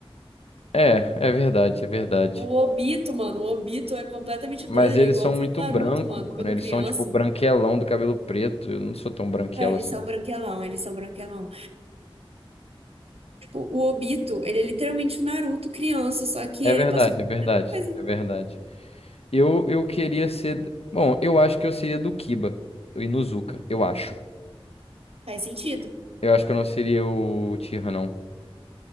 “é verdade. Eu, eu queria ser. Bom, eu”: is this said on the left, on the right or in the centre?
Left